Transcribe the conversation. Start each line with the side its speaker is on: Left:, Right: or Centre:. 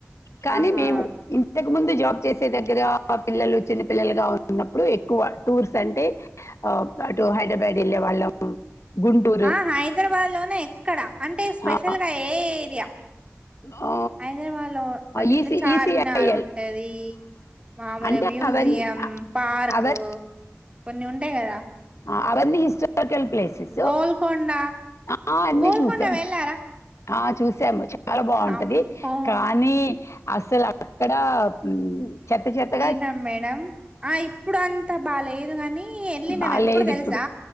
Left: కానీ
Right: ఆహా
Left: మేము ఇంతకు ముందు జాబ్ చేసే దగ్గర మా పిల్లలు చిన్నపిల్లలుగా ఉన్నప్పుడు ఎక్కువ టూర్స్ అంటే అప్ అటు హైడ్రబాద్ ఏళ్ళే వాళ్ళం. గుంటూరు
Right: ఆ హైద్రాబాద్ లోనే ఎక్కడ అంటే స్పెషల్గా
Left: ఆ,
Right: ఏ ఏరియా.
Left: ఆ,
Right: హైదరాబాద్ లో అంటే
Left: ఈసీ
Right: ఇట్లా చార్మినార్
Left: ఈసీఐఎల్
Right: ఉంటది. మామూలుగా
Left: అంటే
Right: మ్యూజియం
Left: అవన్నీ
Right: పార్కు
Left: అవ
Right: కొన్ని ఉంటాయ్ గదా.
Left: ఆ అవన్నీ హిస్టారికల్ ప్లేసెసు,
Right: గోల్కొండ
Left: ఆ అన్నీ
Right: గోల్కొండ
Left: చూసము.
Right: వెళ్ళారా
Left: ఆ చూసాము చే చాలా బావుంటది.
Right: అమ్మో
Left: కానీ అసలు అక్కడ ఉమ్ చెత్త చెత్తగా
Right: నం మేడం ఆ ఇప్పుడు అంతా బాలేవ్ వన్ని ఏళ్ళినము
Left: బాలేదు
Right: ఎప్పుడు తెలుసా
Left: ఇప్పుడు